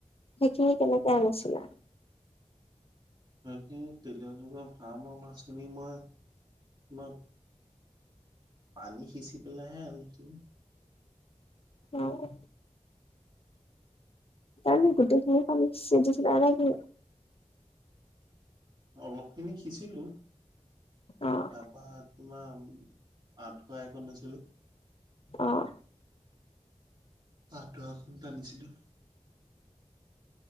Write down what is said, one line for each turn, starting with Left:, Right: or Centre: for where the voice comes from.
Left: সেইখিনি কেনেকে আনিছিলা?
Right: সেই তেল মাছখিনি, ফাৰ্মৰ মাছখিনি মই তোমাৰ পানী সিঁচি পেলাইহে আনিছিলোঁ।
Left: অ', পানী গোটেইখিনি পানী সিচি দিছিলা নেকি?
Right: অলপখিনি সিচিলোঁ
Left: অ',
Right: তাৰপা তোমাৰ আঠুৱা এখন আছিলে
Left: আহ,
Right: আ ধুৱা খ ট আনিছিলো